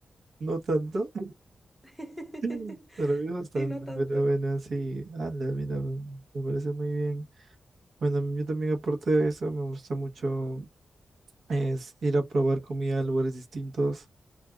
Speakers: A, on the right; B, in the centre.
A: No tanto.
B: <laughs>
A: <laughs> Para mí bastante,
B: Sí, no tanto.
A: pero bueno, sí. Ala, mira, me me parece muy bien. Bueno, yo también aparte de eso, me gusta mucho es ir a probar comida a lugares distintos.